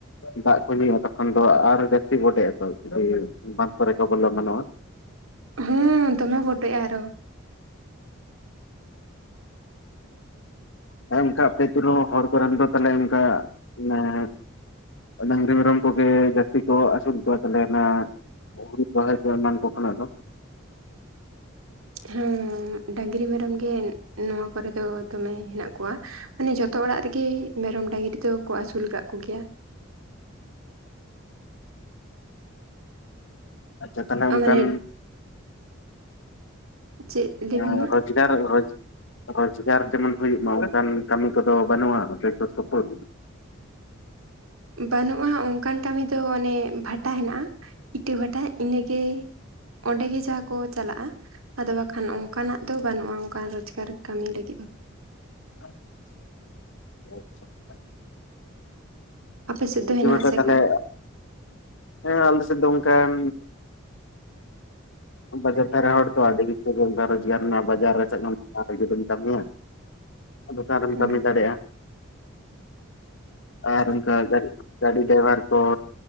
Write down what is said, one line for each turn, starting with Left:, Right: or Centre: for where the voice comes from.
Left: ᱫᱟᱜ ᱠᱚ ᱧᱩᱭᱟ ᱛᱚᱠᱷᱚᱱ ᱫᱚ ᱟᱨ ᱦᱚᱸ ᱡᱟᱹᱥᱛᱤ ᱵᱚᱰᱮᱜᱼᱟ ᱛᱚ ᱡᱩᱫᱤ ᱵᱟᱸᱫᱷ ᱠᱚᱨᱮ ᱠᱚ ᱵᱚᱞᱚ ᱮᱢᱟᱱᱚᱜᱼᱟ᱾
Right: ᱦᱩᱸᱻ ᱫᱚᱢᱮ ᱵᱚᱰᱮᱜᱼᱟ ᱟᱨᱚ ᱾
Left: ᱦᱮᱸ ᱚᱱᱠᱟ ᱟᱯᱮ ᱟᱛᱩ ᱨᱮᱦᱚ ᱦᱚᱲ ᱠᱚᱨᱮᱱ ᱫᱚ ᱫᱚ ᱛᱟᱞᱦᱮ ᱚᱝᱠᱟ ᱢᱟᱱᱮ ᱰᱟᱝᱨᱤ ᱢᱮᱨᱚᱢ ᱠᱚᱜᱮ ᱡᱟᱹᱥᱛᱤ ᱠᱚ ᱟᱹᱥᱩᱞ ᱠᱚᱣᱟ ᱛᱟᱞᱮ ᱚᱱᱟ <unintelligible> ᱮᱢᱟᱱ ᱠᱚ ᱠᱷᱚᱱᱟᱜ ᱫᱚ
Right: ᱦᱮᱸ ᱰᱟᱝᱨᱤ ᱢᱮᱨᱚᱢ ᱜᱮ ᱱᱚᱣᱟ ᱠᱚᱨᱮ ᱫᱚ ᱫᱚᱢᱮ ᱦᱮᱱᱟᱜ ᱠᱚᱣᱟ, ᱢᱟᱱᱮ ᱡᱚᱛᱚ ᱚᱲᱟᱜ ᱨᱮᱜᱮ ᱢᱮᱨᱚᱢ ᱰᱟᱹᱝᱨᱤ ᱫᱚ ᱠᱚ ᱟᱹᱥᱩᱞ ᱠᱟᱜ ᱠᱚ ᱜᱮᱭᱟ᱾
Left: ᱟᱪᱪᱷᱟ ᱛᱟᱞᱦᱮ ᱚᱝᱠᱟᱱ
Right: ᱢᱟᱱᱮ ᱪᱮᱫ? ᱞᱟᱹᱭ
Left: ᱮᱸᱻ
Right: ᱵᱤᱱ ᱢᱟ
Left: ᱨᱚᱡᱽᱜᱟᱨ ᱨᱚᱡᱽ ᱨᱚᱡᱽᱜᱟᱨ ᱡᱮᱢᱚᱱ ᱦᱩᱭᱩᱜ ᱢᱟ ᱚᱱᱠᱟᱱ ᱠᱟᱹᱢᱤ ᱠᱚᱫᱚ ᱵᱟᱹᱱᱩᱜᱼᱟ ᱟᱯᱮ ᱥᱩᱨ ᱥᱩᱯᱩᱨ?
Right: ᱵᱟᱹᱱᱩᱜᱼᱟ ᱚᱝᱠᱟᱱ ᱠᱟᱹᱢᱤ ᱫᱚ ᱢᱟᱱᱮ ᱵᱷᱟᱴᱟ ᱦᱮᱱᱟᱜᱼᱟ ᱤᱴᱟᱹ ᱵᱷᱟᱴᱟ ᱤᱱᱟᱹᱜᱮ ᱚᱸᱰᱮ ᱜᱮ ᱡᱟᱦᱟᱸ ᱠᱚ ᱪᱟᱞᱟᱜᱼᱟ ᱟᱫᱚ ᱵᱟᱠᱷᱟᱱ ᱚᱝᱠᱟᱱᱟᱜ ᱫᱚ ᱵᱟᱹᱱᱩᱜᱼᱟ ᱚᱝᱠᱟᱱ ᱨᱚᱡᱽᱜᱟᱨ ᱠᱟᱹᱢᱤ ᱞᱟᱹᱜᱤᱫ ᱾
Left: <unintelligible> ᱟᱪᱪᱷᱟ ᱾
Right: ᱟᱯᱮ ᱥᱮᱫ ᱫᱚ
Left: ᱤᱴᱟᱹ
Right: ᱦᱮᱱᱟᱜ
Left: ᱵᱷᱟᱴᱟ
Right: ᱟᱥᱮ
Left: ᱛᱟᱞᱦᱮ
Right: ᱠᱟ?
Left: ᱦᱮᱸ ᱟᱞᱮ ᱥᱮᱜ ᱫᱚ ᱚᱝᱠᱟᱱ ᱵᱟᱡᱟᱨ ᱫᱷᱟᱨᱮ ᱦᱚᱲ ᱛᱚ ᱟᱹᱰᱤ ᱠᱤᱪᱷᱩ ᱜᱮ ᱜᱷᱟᱨᱚᱸᱡ ᱜᱟᱨ ᱨᱮᱱᱟᱜ ᱵᱟᱡᱟᱨ ᱨᱮ ᱪᱮᱫ ᱮᱢ <unintelligible> ᱠᱟᱹᱢᱤᱭᱟ, ᱫᱚᱠᱟᱱ ᱨᱮᱢ
Right: ᱚᱸ
Left: ᱠᱟᱹᱢᱤ ᱫᱟᱲᱮᱭᱟᱜᱼᱟ᱾ ᱟᱨ ᱚᱱᱠᱟ ᱜᱟᱜ ᱜᱟᱹᱰᱤ ᱰᱟᱭᱵᱷᱟᱨ ᱠᱚᱻ